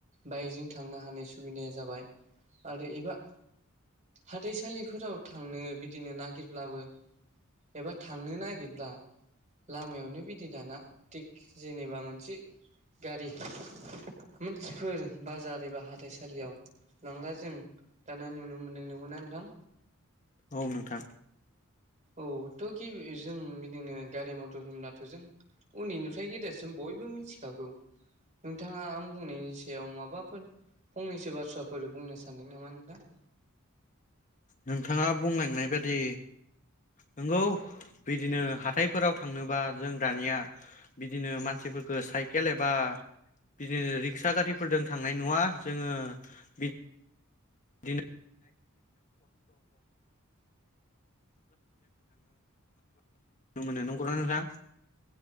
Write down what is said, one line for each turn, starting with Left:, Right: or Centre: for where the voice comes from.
Right: बाइकजों थांनो हानाय सुबिदाया जाबाय आरो एबा हाथाइसालिफोराव थांनो बिदिनो नागिरब्लाबो एबा थांनो नागिरब्ला लामायावनो बिदि दाना तेक जेनेबा मोनसे गारि मानसिफोर बाजार एबा हाथाइसालियाव लांला जों दाना नुनो मोनदों नंगौना नोंथां
Left: औ नोंथां
Right: औथ कि जों बिदिनो गारि मथर होनब्लाथ जों उन्दैनिफ्राय गेदेरसिम बयबो मिथिखागौ नोंथाङा आं बुंनायनि सायाव माबाफोर फंनैसो बाथ्राफोर बुंनो सानदों नामा नोंथां
Left: नोंथाङा बुंलायनायबादि नंगौ बिदिनो हाथायफोराव थांनोबा जों दानिया बिदिनो मानसिफोरखो साइकेल एबा बिदिनो रिक्सा गारिफोरजों थांनाय नुवा जोङो बि <unintelligible> <unintelligible> मोनो नंगौना नोंथां